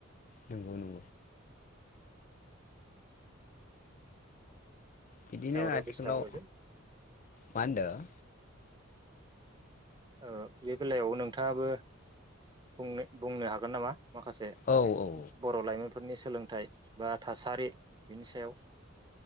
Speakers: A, on the left (about 40°); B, on the right (about 20°).
A: नंगौ नंगौ बिदिनो
B: दावराव
A: आथिखालाव
B: दिस्थाब होबायदे
A: मा होनदों?
B: ओ बे बेलायाव नोंथाङाबो बुंनो बुंनो हागोन नामा? माखासे
A: औ औ
B: बर लाइमोनफोरनि सोलोंथाइ बा थासारि बिनि सायाव